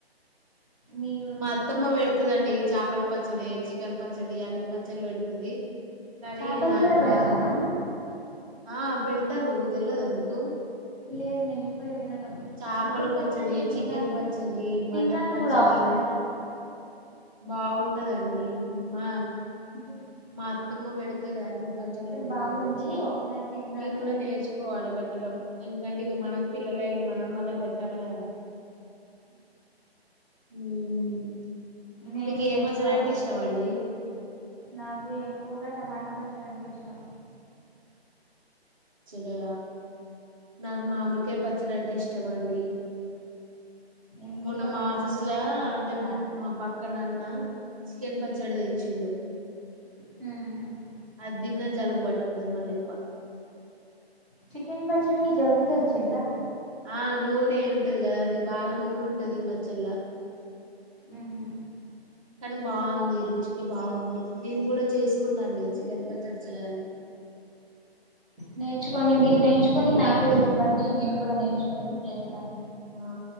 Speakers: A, in the centre; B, on the right.
A: మీరు
B: మా అత్తమ్మ పెడతదండి చేపల పచ్చడి చికెన్ పచ్చడి అన్ని పచ్చళ్ళ పెడుతది కానీ
A: చేపలది
B: నాకు
A: కూడా
B: రాదు
A: పెడతారా
B: ఆ పెడతారు తెలయదా మీకు
A: లేదు నేను ఇప్పుడే వినటం
B: చేపల
A: చికెన్ పచ్చడి విన్నాను
B: చికెన్ పచ్చడి
A: తిన్నాను
B: మటన్ పచ్చడి
A: కూడా ఒకసారి
B: బాగుంటదండి మా
A: ఓే <inaudible>
B: మా అత్తమ్మ పెడుతాది అన్ని పచ్చలు పెడుతాది
A: బాగుంది
B: మంచిగా.
A: ఒకసారి తిన్నాను
B: నేను కూడా నేర్చు కోవాలి పెట్టడం ఎందుకంటే ఇక మనకి పిల్లలు వెళ్ళి మనం వాళ్ళకి పెట్టాలి కదా మ్
A: నేను
B: మీకు ఏ
A: నేర్చుకోవాలి
B: పచ్చడి అంటే ఇష్టం? ఇష్టమండి.
A: నాకు ఎక్కువగా టమాటా పచ్చడింటే ఇష్టం.
B: పచ్చడా నాకు మామిడికాయ పచ్చడి అంటే ఇష్టమ అండి.
A: ఎందుకో
B: మొన్న మా
A: నాకు
B: ఆఫీసు
A: మామిడికాయ
B: లో
A: తినబుద్ధి
B: అంటే
A: కాదు
B: మా పక్క న అన్న చికెన్ పచ్చడి తెచ్చిండు.
A: మ్
B: ఆది తిన్నా జలుబు పట్టుకున్నది మళ్ళీ ఎక్కువ.
A: చికెన్ పచ్చడికి జలుబు. వచ్చిందా?
B: ఆ నూనె ఉంటది కదా అండి బాగా నూనె ఉంటది ఈ పచ్చల్లో
A: మ్ ఉ
B: కానీ బాగుంది రుచికి బాగుంది నేను కూడా చేసుకుంటా అండి చికెన్ పచ్చడి. చేయాలి.
A: నేర్చుకోండి మీరు నేర్చుకొని నాకు కూడా చెప్పండి నేను కూడా నేర్చుకుని చేస్తాను.
B: ఆ